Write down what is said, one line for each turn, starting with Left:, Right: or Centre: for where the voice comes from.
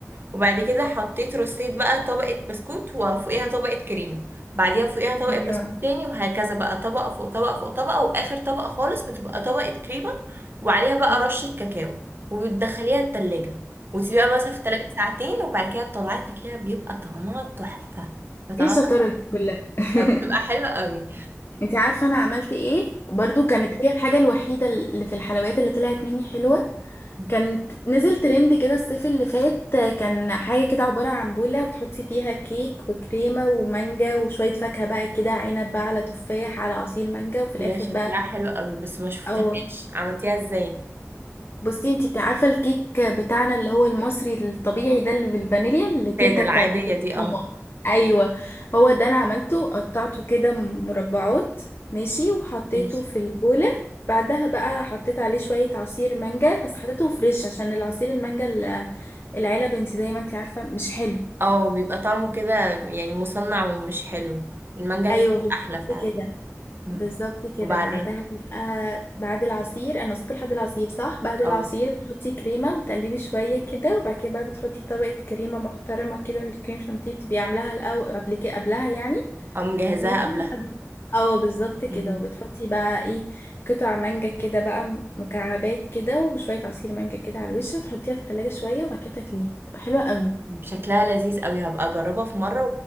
Right: وبعد كده حطيت رصيت بقى طبقة بسكوت وفوقيها طبقة كريمة بعديها فوقيها طبقة
Left: ايوه
Right: بسكوت تاني وهكذا بقى طبقة فوق طبقة فوق طبقة وآخر طبقة خالص بتبقى طبقة كريمة وعليها بقى
Left: مم.
Right: رشة كاكاو وبتدخليها التلاجة وتسيبيها مثلا في التلاجة ساعتين وبعد كده تطلعي تاكليها بيبقى طعمها تحفة بيبقى
Left: ايه
Right: طعمها
Left: الشطارة دي كلها <laughs>
Right: تحفة بتبقى حلوة قوي
Left: انت عارفة انا عملت ايه برضو كانت هي الحاجة الوحيدة اللي في الحلويات اللي طلعت مني حلوة
Right: مم.
Left: كانت نزل ترند كده الصيف اللي فات كان حاجة كده عبارة عن بولة وبتحطي فيها كيك وكريمة ومانجا وشوية فاكهة بقى كده عنب بقى على تفاح على عصير مانجا وفي الآخر
Right: دي ده شكلها
Left: بقى
Right: حلو قوي بس ما شفتهاش
Left: او
Right: عملتيها ازاي
Left: بصي انتي بتاع- عارفه الكيك بتاعنا اللي هو المصري الطبيعي ده اللي بالفانيليا اللي
Right: السادة
Left: تيتا
Right: العادية
Left: بتعمله
Right: دي اه
Left: ماما ايوه هو ده انا عملته قطعته كده مربعات ماشي وحطيته
Right: ماشي
Left: في البوله بعدها بقى حطيت عليه شويه عصير مانجا بس حطيته فريش عشان العصير المانجا ال- العلب انتي زي ما انتي عارفه مش حلو
Right: اه بيبقى طعمه كده يعني مصنع ومش حلو المانجا الفريش
Left: ايوه بالظبط
Right: احلى فعلا
Left: كده
Right: مم.
Left: بالظبط كده
Right: وبعدين
Left: بعدها آه بعد العصير انا وصلت لحد العصير صح بعد العصير
Right: اه
Left: بتحطي كريمه وتقلبي شويه كده وبعد كده بقى بتحطي طبقه كريمه محترمه كده من الكريم شانتيه بتبقي عاملاها الاول قبل كده قبلها يعني
Right: اه مجهزاها
Left: ماشي
Right: قبلها
Left: وبعد- اه بالظبط كده
Right: مهم.
Left: وبتحطي بقى ايه قطع مانجا كده بقى م- مكعبات كده وشويه عصير مانجا كده على الوش وتحطيها في التلاجة شويه وبعد كده تاكليها بتبقى حلوه قوي
Right: شكلها لذيذ قوي هبقى اجربها في مرة